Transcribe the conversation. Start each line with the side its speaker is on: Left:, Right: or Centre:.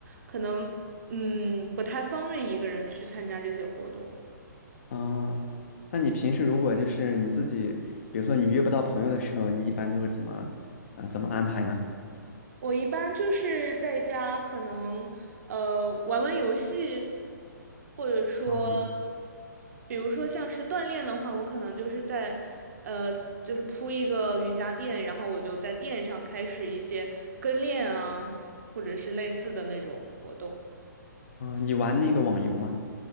Right: 可能嗯不太方便一个人去参加这些活动。
Left: 嗯，那你平时如果就是你自己，比如说你约不到朋友的时候，你一般都是怎么，呃，怎么安排呢？
Right: 我一般就是在家，可能呃玩玩游戏，或者说，
Left: 啊，
Right: 比如说像是锻炼的话，我可能就是在呃就是铺一个瑜伽垫，然后我就在垫上开始一些跟练啊，或者是类似的那种活动。
Left: 你玩那个网游吗？